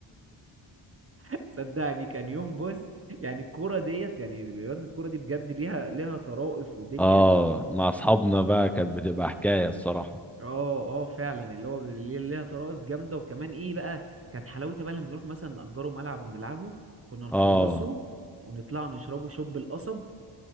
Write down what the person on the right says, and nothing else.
<laughs> صدقني كان يوم بص يعني الكوره ديت يعني رياضه الكوره دي بجد ليها ليها طرائف ودنيا
اه اه فعلا اللي هو اللي ليها طرائف جامده وكمان ايه بقى كانت حلاوتها بقى لما نروح مثلا نأجره ملعب ونلعبه كنا نخلصه
ونطلع نشربه شوب القصب